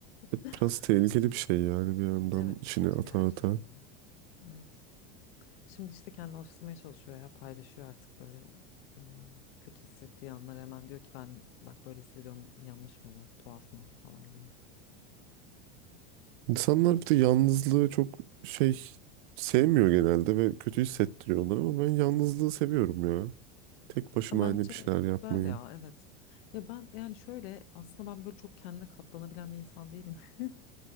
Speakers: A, on the left; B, on the right.
A: <laughs>
B: Biraz tehlikeli bir şey yani bir yandan
A: Evet
B: içine
A: kötü
B: ata
A: gerçek.
B: ata.
A: Evet. Şimdi işte kendini alıştırmaya çalışıyor ya paylaşıyor artık böyle ım, kötü hissettiği anları hemen diyor ki ben bak böyle hissediyorum yanlış mı bu tuhaf mı falan diye.
B: İnsanlar bir de yalnızlığı çok şey sevmiyor genelde ve kötü hissettiriyor onları ama ben yalnızlığı seviyorum ya. Tek başıma
A: Ya bence
B: hani bir şeyler yapmayı.
A: güzel ya evet. Ya ben yani şöyle aslında ben böyle çok kendine katlanabilen bir insan değilim. <laughs>